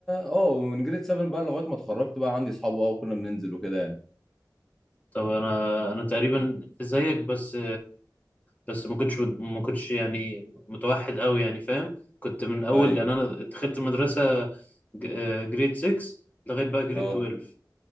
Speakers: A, in the centre; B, on the left.
A: اه ومن جريد 7 بقى لغايه ما اتخرجت بقى عندي صحاب اه وكنا بننزل وكده يعني
B: طب انا انا تقريبا زيك بس بس ما كنتش ما كنتش يعني متوحد قوي يعني فاهم كنت من اول
A: ايوه
B: لان انا دخلت مدرسه جريد 6 لغايه بقى جريد
A: اه
B: 12